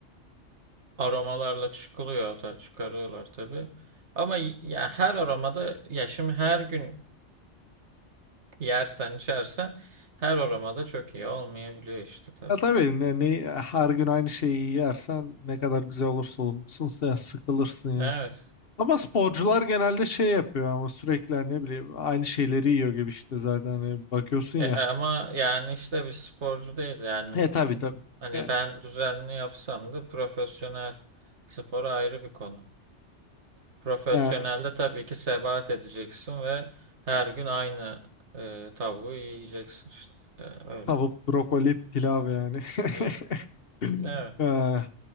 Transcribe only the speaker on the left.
ya tabii ne, ne- her gün aynı şeyi yersen ne kadar güzel olursa olsun sen sıkılırsın ya
ama sporcular genelde şey yapıyor ama sürekli hani ne bileyim aynı şeyleri yiyor gibi işte zaten hani bakıyorsun
ya
e tabii tabii
yani,
yani
tavuk brokoli pilav yani
<laughs> <laughs>
Ee,